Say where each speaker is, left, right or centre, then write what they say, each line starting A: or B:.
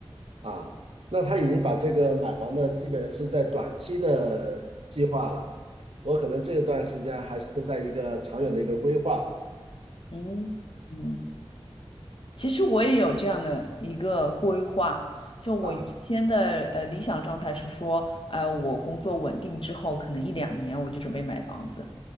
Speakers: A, on the right; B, on the left.
A: 啊，那他已经把这个买房的基本是在短期的计划了，我可能这段时间还是在一个长远的一个规划
B: 嗯嗯，其实我也有这样的一个规划，就我原先的呃理想状态是说，
A: 啊。
B: 呃，我工作稳定之后，可能一两年我就准备买房子，